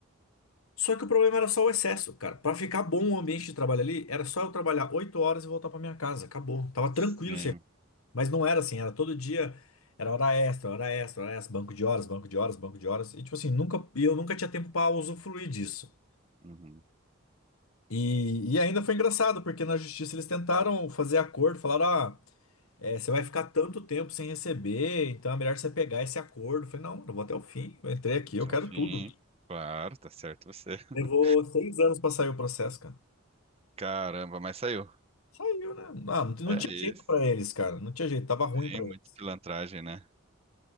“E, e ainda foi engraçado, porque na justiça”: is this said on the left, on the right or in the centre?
Left